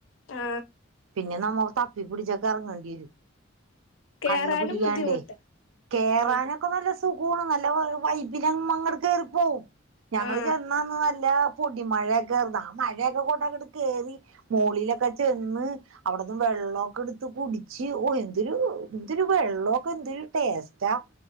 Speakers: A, on the left; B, on the right.
A: ആ
B: പിന്നെ നമ്മോള് തപ്പിപ്പടിച്ചൊക്കെ എറങ്ങേണ്ടി വരും
A: കേറാനും
B: കണ്ണ് പിടിയാണ്ടേ
A: ബുദ്ധിമുട്ടാ
B: കേറാനൊക്കെ
A: ആ
B: നല്ല സുഖവാണ് നല്ല വൈബിലമ്മങ്ങട് കേറിപ്പോവും ഞങ്ങള്
A: ആ
B: ചെന്നാന്ന് നല്ല പൊടി മഴയക്കേർന്ന് ആ മഴയൊക്കെ കൊണ്ടങ്ങട് കേറി മോളിലൊക്കെ ചെന്ന് അവിടെന്ന് വെള്ളൊക്കെ എടുത്ത് കുടിച്ച് ഓ എന്തൊരു എന്തൊരു വെള്ളോക്കെ എന്തൊരു ടേസ്റ്റാ